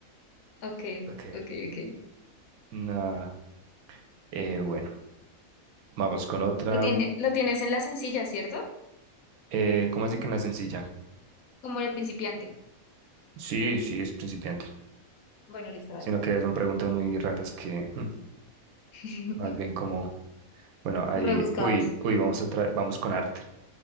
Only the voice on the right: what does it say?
Ok,
no. eh, bueno, vamos con otra.
Eh, ¿cómo así que en la sencilla?
Sí, sí, es principiante.
sino que son preguntas muy raras que mm,
más bien como, bueno, ahí,
uy, uy, vamos a tra- vamos con arte,